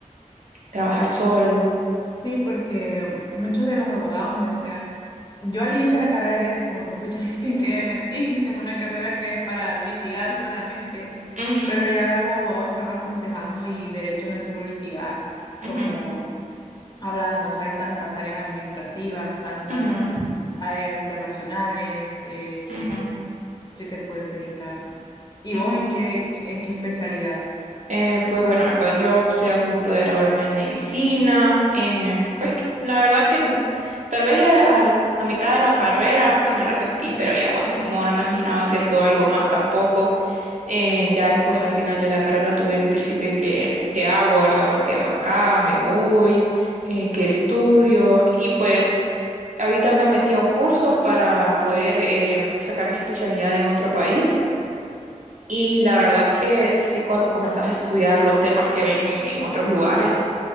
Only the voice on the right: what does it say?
trabajar solo.
ujú,
ujú,
ujú,
ujú,
ujú.
Eh, pues bueno, la verdad, yo estoy a punto de graduarme en medicina. eh, pues la verdad que n- tal vez a, a- a mitad de la carrera sí me arrepentí, pero ya bueno, ni modo, no me imaginaba haciendo algo más tampoco. Eh, ya después al final de la carrera tuve mi crisis de que, ¿qué hago, verdad? Me quedo acá, me voy, eh, ¿qué estudio? Y pues ahorita me metí a un curso para poder em, sacar mi especialidad en otro país. Y la verdad que sí, cuando comenzás a estudiar los temas que ven en otros lugares,